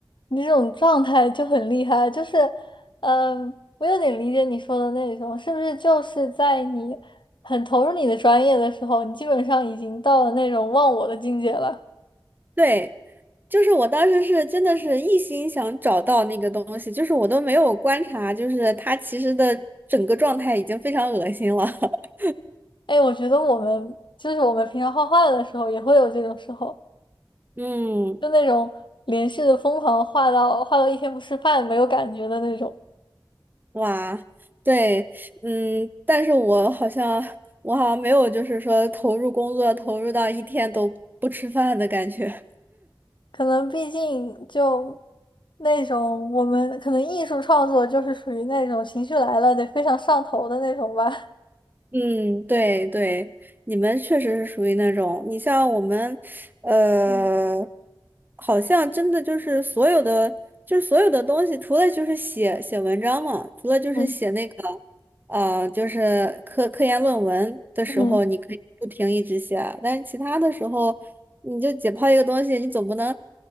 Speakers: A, on the left; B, on the right.
A: 你这种状态就很厉害，就是，嗯，我有点理解你说的那种，是不是就是在你很投入你的专业的时候，你基本上已经到了那种忘我的境界了？
B: 对，就是我当时是真的是一心想找到那个东西，就是我都没有观察，就是他其实的整个状态已经非常恶心了。<laughs>
A: 哎，我觉得我们就是我们平常画画的时候也会有这种时候。
B: 嗯，
A: 就那种连续的疯狂画到画到一天不吃饭没有感觉的那种。
B: 哇，对，嗯，但是我好像我好像没有就是说投入工作投入到一天都不吃饭的感觉。
A: 可能毕竟就那种我们可能艺术创作就是属于那种情绪来了得非常上头的那种吧。<laughs>
B: 嗯，对对，你们确实是属于那种，你像我们，呃，
A: 嗯
B: 好像真的就是所有的，就是所有的东西，除了就是写写文章嘛，除了就是写那个，
A: 嗯
B: 呃，就是科科研论文的时候，
A: 嗯，
B: 你可以不停一直写啊，但是其他的时候，你就解剖一个东西，你总不能，